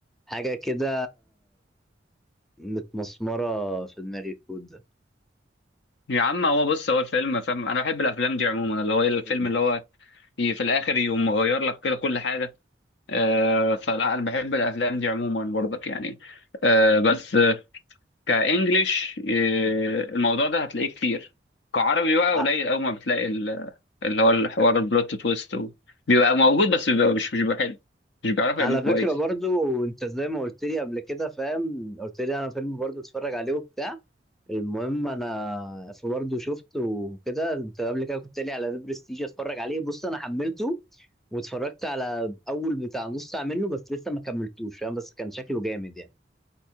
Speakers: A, in the centre; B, on the left.
A: حاجه كده متمسمره في دماغي الكوت ده
B: يا عم هو بص هو الفيلم فاهم انا بحب الافلام دي عموما اللي هو إيه، الفيلم
A: مم.
B: اللي هو ي- في الاخر يقوم مغير لك كده كل حاجه آه فلا انا بحب الافلام دي عموما برضك يعني آه بس آه، كانجليش آه الموضوع ده هتلاقيه كتير كعربي بقى
A: ع-
B: قليل قوي ما بتلاقي ال- اللي هو الحوار البلوت تويست و- بيبقى موجود بس بيبقى مش مش بيبقى حلو مش بيعرفوا
A: على
B: يعملوا كويس
A: فكره برضو انت زي ما قلت لي قبل كده فاهم قلت لي انا فيلم برضو اتفرج عليه وبتاع المهم انا برضه شفته وكده انت قبل كده كنت قايل لي على ذا برستيج اتفرج عليه بص انا حملته واتفرجت على اول بتاع نص ساعه منه بس لسه ما كملتوش فاهم بس كان شكله جامد يعني